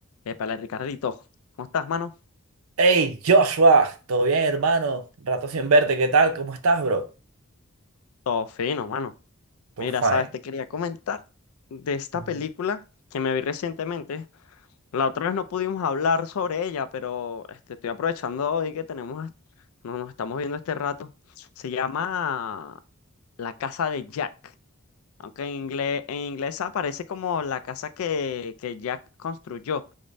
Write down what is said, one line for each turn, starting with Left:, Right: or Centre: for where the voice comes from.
Left: Épale, Ricardito, ¿cómo estás, mano?
Right: Hey, Joshua, ¿todo bien, hermano? Rato sin verte, ¿qué tal? ¿Cómo estás, bro?
Left: Todo fino, mano.
Right: Todo
Left: Mira,
Right: fine.
Left: sabes, te quería comentar de esta
Right: Ujú,
Left: película que me vi recientemente. La otra vez no pudimos hablar sobre ella, pero este, estoy aprovechando hoy que tenemos, no nos estamos viendo este rato. Se llama La Casa de Jack, aunque en inglés, en inglés aparece como la casa que, que Jack construyó,